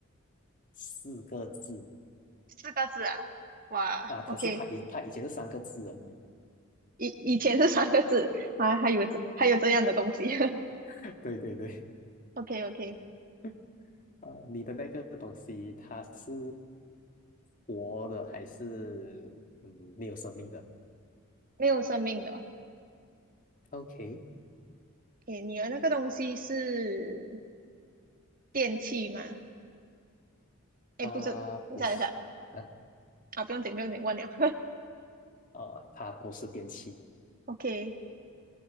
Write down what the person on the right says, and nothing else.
四个字啊。哇，OK。
以以前是三个字啊，还有这还有这样的东西。<laughs>
OK OK，
没有生命的。
诶，你的那个东西是电器吗？诶，
不是，等一下等一下
啊，不用紧不用紧，忘了。<laughs>
OK，